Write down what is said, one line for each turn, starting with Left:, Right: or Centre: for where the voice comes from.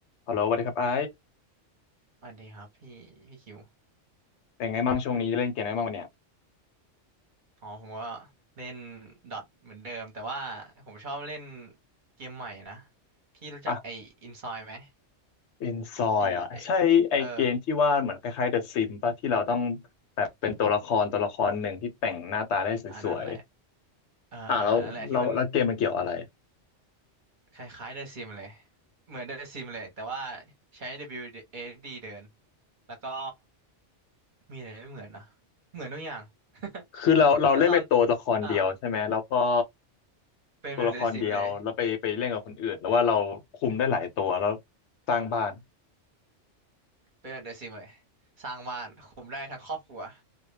Left: ฮัลโหลสวัสดีครับไอ้
Right: สวัสดีครับพี่พี่คิว
Left: เป็นไงบ้างช่วงนี้เล่นเกมอะไรบ้างวะเนี่ย
Right: อ๋อผมก็เล่นดอทเหมือนเดิมแต่ว่าผมชอบเล่นเกมใหม่นะพี่รู้จักไอ้อินซอยไหม
Left: อ่ะเป็นซอยอ่ะใช่ไอเกมที่ว่าเหมือนคล้ายๆเดอะซิมป่ะที่เราต้อง
Right: อีเอเออ
Left: แบบเป็นตัวละครตัวละครหนึ่งที่แต่งหน้าตาได้สวย
Right: อันนั้นแหละ
Left: ๆอ่ะแล้วเราแล้วเกมมันเกี่ยวอะไร
Right: เออเอออันนั้นแหละที่มันคล้ายๆเดซิมเลยเหมือนเดซิมเลยแต่ว่าใช้ WSD เบิลยูเอสดเดินแล้วก็มีอะไรไม่เหมือนนะเหมือนทุกอย่าง
Left: คือเราเราเล่นเป็นตัวละครเดียวใช่ไหมแล้วก็
Right: <laughs> แล้วตอนอ่าเป็นแบบเดซิมเลย
Left: ตัวละครเดียวแล้วไปไปเล่นกับคนอื่นแล้วว่าเราคุมได้หลายตัวแล้วสร้างบ้าน
Right: เป็นแบบเดซิมเลยสร้างบ้านคุมได้ทั้งครอบครัว